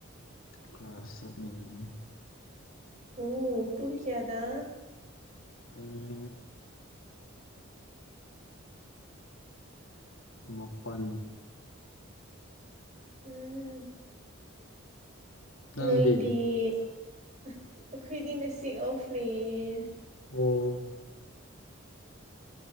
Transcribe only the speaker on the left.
ꯀ꯭ꯂꯥꯁ ꯆꯠꯂꯤꯅꯤ
ꯄꯨꯡ ꯃꯥꯄꯟ
ꯅꯪꯗꯤ
ꯑꯣ